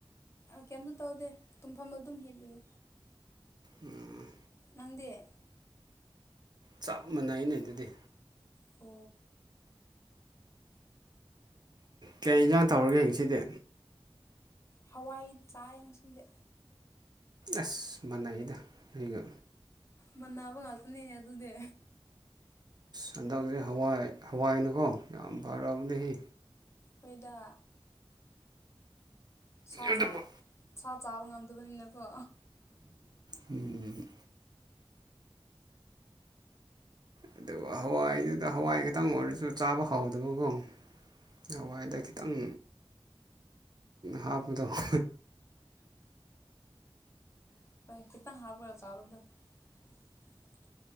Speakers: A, on the left (about 30°); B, on the right (about 45°).
A: ꯀꯩꯝꯇ ꯇꯧꯗꯦ ꯇꯨꯝꯐꯝꯗꯣ ꯑꯗꯨꯝ ꯍꯤꯞꯂꯨꯏ
B: ꯎꯝ
A: ꯅꯪꯗꯤꯦ
B: ꯆꯞ ꯃꯥꯟꯅꯩꯩꯅ ꯑꯗꯨꯗꯤ
A: ꯀ
B: ꯀꯌꯥ ꯏꯟꯁꯥꯡ ꯊꯧꯔꯒ ꯌꯦꯡꯁꯤꯗꯤ
A: ꯍꯋꯥꯏ ꯆꯥꯏꯁꯤꯡꯁꯦ
B: ꯑꯁ ꯃꯅꯩꯗ ꯑꯩꯒ
A: ꯃꯅꯥꯕ ꯉꯥꯛꯇꯅꯤꯅꯦ ꯑꯗꯨꯗꯤ
B: ꯍꯟꯗꯛꯁꯦ ꯍꯋꯥꯏ ꯍꯋꯥꯏꯅꯨꯀꯣ ꯌꯥꯝ ꯐꯔꯕꯅꯦ
A: ꯑꯩꯈꯣꯏꯗ ꯁꯥ
B: ꯑꯗꯨꯕꯨ
A: ꯁꯥ ꯆꯥꯕ ꯉꯝꯗꯕꯅꯤꯅꯀꯣ
B: ꯎꯝ ꯑꯗꯨꯒ ꯍꯋꯥꯏꯗꯨꯗ ꯍꯋꯥꯏ ꯈꯇꯪ ꯑꯣꯏꯔꯁꯨ ꯆꯥꯕ ꯍꯥꯎꯗꯕꯀꯣ ꯍꯋꯥꯏꯗ ꯈꯤꯇꯪ ꯍꯥꯞꯄꯗꯣ <inaudible>
A: ꯍꯣꯏ <unintelligible>